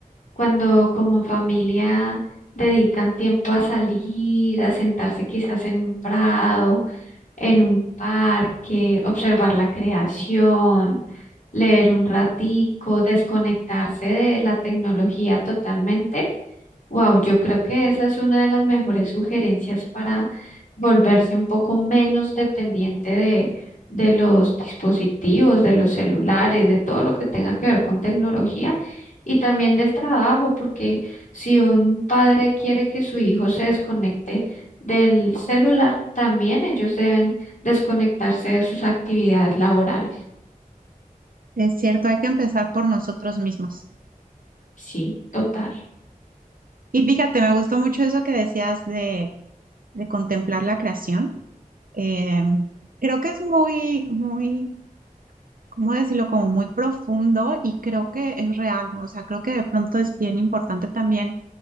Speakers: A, on the left (about 60°); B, on the right (about 75°).
A: Cuando como familia dedican tiempo a salir, a sentarse quizás en un prado en un parque, observar la creación, leer un ratico, desconectarse de la tecnología totalmente, Wow, yo creo que esa es una de las mejores sugerencias para volverse un poco menos dependiente de, de los dispositivos, de los celulares, de todo lo que tenga que ver con tecnología y también del trabajo, porque si un padre quiere que su hijo se desconecte del celular, también ellos deben desconectarse de sus actividades laborales.
B: Es cierto, hay que empezar por nosotros mismos.
A: Sí, total.
B: Y fíjate, me gustó mucho eso que decías de, de contemplar la creación. Eh, creo que es muy, muy, ¿cómo decirlo? Como muy profundo y creo que es real, ¿no? O sea, creo que de pronto es bien importante también